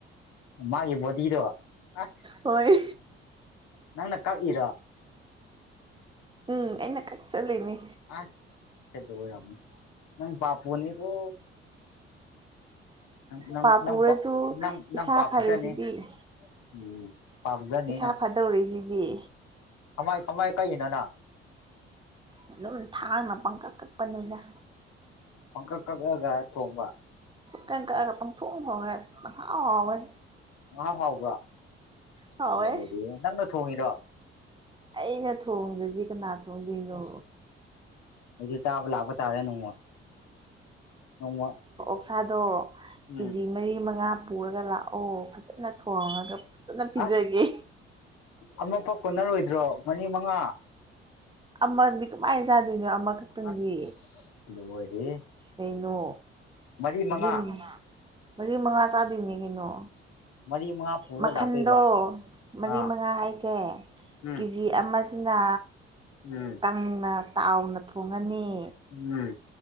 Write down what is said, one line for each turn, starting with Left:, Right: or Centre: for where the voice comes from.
Left: ꯃꯥꯒꯤ ꯕꯣꯗꯤꯗꯣ ꯑ
Right: ꯍꯣꯏ
Left: ꯅꯪꯅ ꯀꯛꯏꯔ
Right: ꯎꯝ ꯑꯩꯅ ꯀꯛ ꯆꯠꯂꯨꯅꯦ
Left: ꯑꯁ ꯁꯤ ꯇ ꯍꯅꯤ ꯅ ꯄꯄꯅꯤꯀꯣ ꯪ
Right: ꯄꯥ
Left: ꯅꯪ
Right: ꯄꯨꯔꯁꯨ
Left: ꯅꯪ ꯅꯪ
Right: ꯏꯁꯥ
Left: ꯄꯥꯄꯨꯖꯅꯤ
Right: ꯐꯔꯤꯁꯤꯗꯤ
Left: ꯎꯝ <inaudible>
Right: ꯏꯁꯥ
Left: ꯅꯪ
Right: ꯐꯥꯗꯧꯔꯤꯁꯤꯗꯤ
Left: ꯀꯃꯥꯏ ꯀꯃꯥꯏ ꯀꯛꯏꯅꯣ ꯅꯪ
Right: ꯑꯗꯨꯝ ꯊꯥꯡꯅ ꯄꯪꯀꯛ ꯀꯛꯄꯅꯤꯅ
Left: ꯄꯪꯀꯛ ꯀꯛꯂꯒ ꯊꯣꯡꯕ
Right: ꯀ ꯄꯪ ꯐ ꯐꯧꯒꯁꯥꯎꯣꯏ
Left: ꯉꯍꯥ ꯐꯥꯎꯕ꯭ꯔꯥ
Right: ꯍꯥꯎꯋꯦ
Left: ꯂꯣꯏꯔꯦ ꯅꯪꯅ ꯊꯣꯡꯉꯤꯔꯣ
Right: ꯑꯩꯅ ꯊꯣꯡꯗ꯭ꯔꯗꯤ ꯀꯅꯥ ꯊꯣꯡꯗꯣꯏꯅꯣ
Left: ꯑꯁ ꯑꯩꯁꯨ ꯆꯥꯕ ꯂꯥꯛꯄ ꯇꯥꯔꯦ ꯅꯣꯡꯃ ꯅꯣꯡꯃ
Right: ꯄꯧꯁꯥꯗꯣ
Left: ꯎꯝ
Right: ꯀꯦ ꯖꯤ ꯃꯔꯤ ꯃꯉꯥ ꯄꯨꯔꯒ ꯂꯥꯛꯑꯣ ꯐꯖꯅ ꯊꯣꯡꯉꯒ ꯐꯖꯅ ꯄꯤꯖꯒꯦ
Left: ꯑꯁ ꯑꯃꯦ ꯄ ꯀꯣꯅꯔ ꯑꯣꯏ ꯟꯗ꯭ꯔꯣ ꯃꯔꯤ ꯃꯉꯥ
Right: ꯑꯃꯗꯤ ꯀꯃꯥꯏꯅ ꯆꯥꯗꯣꯏꯅꯣ ꯑꯃꯈꯛꯇꯪꯗꯤ
Left: ꯑꯁ ꯂꯣꯏꯔꯦꯍꯦ
Right: ꯀꯩꯅꯣ
Left: ꯃꯔꯤ ꯃꯉꯥ
Right: ꯍꯧꯖꯤꯛ ꯃꯔꯤ ꯃꯉꯥ ꯆꯥꯗ꯭ꯔꯤꯉ ꯀꯩꯅꯣ
Left: ꯃꯔꯤ ꯃꯉꯥ ꯄꯨꯔ
Right: ꯃꯈꯟꯗꯣ
Left: ꯂꯥꯛꯇꯣꯏꯕ
Right: ꯃꯔꯤ
Left: ꯑꯥ
Right: ꯃꯉꯥ ꯍꯥꯏꯁꯦ
Left: ꯎꯝ
Right: ꯀꯦꯖꯤ ꯑꯃ ꯑꯁꯤꯅ
Left: ꯎꯝ
Right: ꯀꯪꯅ ꯇꯥꯎꯅ ꯊꯣꯡꯉꯅꯤ
Left: ꯎꯝ